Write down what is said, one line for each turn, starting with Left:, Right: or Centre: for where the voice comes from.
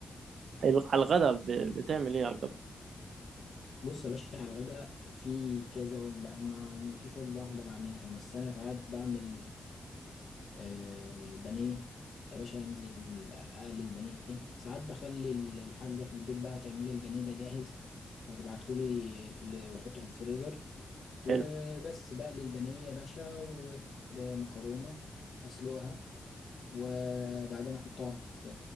Right: الغ- على الغدا ب- بتعمل ايه على الغدا
Left: بص يا باشا على الغداء في كذا وجبة انا ما ما فيش وجبة واحدة بعملها بس انا ساعات بعمل آه بانيه يا باشا انزل اقلي البانيه ساعات بخلي ال- الحاجة في البيت بقى تعمل لي البانيه ده جاهز وتبعتهولي في ال... واحطه في الفريزر
Right: حلو
Left: وبس بقلي البانيه يا باشا ومكرونة اسلقها وبعدين احطها في